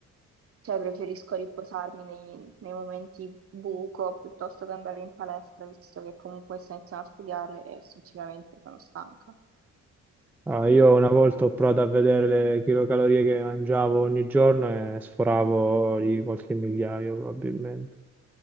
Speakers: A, on the right (about 50°); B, in the centre.
A: cioè preferisco riposarmi nei, nei momenti buco piuttosto che andare in palestra visto che comunque sto iniziando a studiare e sinceramente sono stanca.
B: Ah, io una volta ho provato a vedere le chilocalorie che mangiavo ogni giorno e sforavo di qualche migliaio probabilmente.